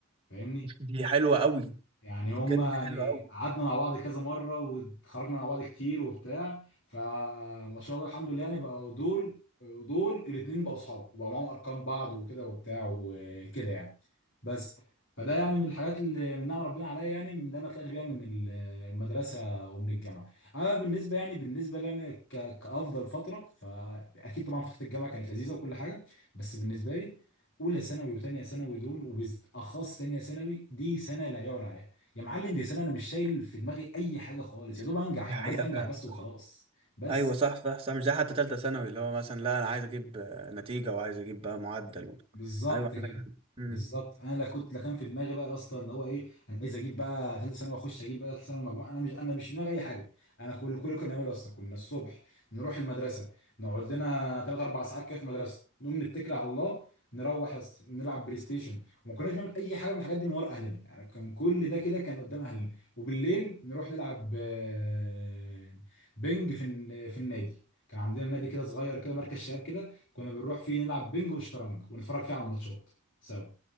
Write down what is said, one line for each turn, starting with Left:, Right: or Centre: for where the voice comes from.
Left: فاهمني
Right: دي حلوة قوي
Left: يعني
Right: دي
Left: هما
Right: بجد
Left: يعني
Right: حلوة قوي
Left: قعدنا مع بعض كذا مرة واتخرجنا مع بعض كتير وبتاع فما شاء الله الحمد لله يعني بقوا دول ودول الاتنين بقوا صحاب وبقوا معاهم أرقام بعض وكده وبتاع وكده يعني بس فده يعني من الحاجات اللي من نعم ربنا عليا يعني من اللي انا طلعت بيها من ال- المدرسه ومن الجامعه اما بالنسبه يعني بالنسبه لي انا ك- كافضل فتره فاكيد طبعا فتره الجامعه كانت لذيذه وكل حاجه بس بالنسبه لي اولى ثانوي وثانيه ثانوي دول وبالاخص ثانيه ثانوي دي سنه لا يعلى عليها يا معلم دي سنة انا مش شايل في دماغي اي حاجة خالص يا دوب انجح
Right: دي حقيقة
Left: انا عايز انجح
Right: فعلا
Left: بس
Right: صح
Left: وخلاص بس
Right: ايوه صح صح صح مش زي حتى تالتة ثانوي اللي هو مثلا لا انا عايز اجيب آه، نتيجة وعايز اجيب بقى معدل و...
Left: بالظبط
Right: ايوه
Left: كده
Right: عندك امم
Left: بالظبط انا لا كنت لا كان في دماغي بقى يا اسطى ان هو ايه انا عايز اجيب بقى ثالثه ثانوي واخش اجيب بقى ثالثه ثانوي مجموعه انا مش انا مش في دماغي اي حاجه انا كل كل اللي كنا بنعمله اصلا كنا الصبح نروح المدرسه نقعد لنا ثلاث اربع ساعات كده في المدرسه نقوم نتكل على الله نروح يا اسطى نلعب بلاي ستيشن وما كناش بنعمل اي حاجه من الحاجات دي من ورا اهلنا يعني كان كل ده كده كان قدام اهلنا وبالليل نروح نلعب آه، بينج في الن- في النادي كان عندنا نادي كده صغير كده مركز شباب كده كنا بنروح فيه نلعب بينج وشطرنج ونتفرج فيه على الماتشات سوا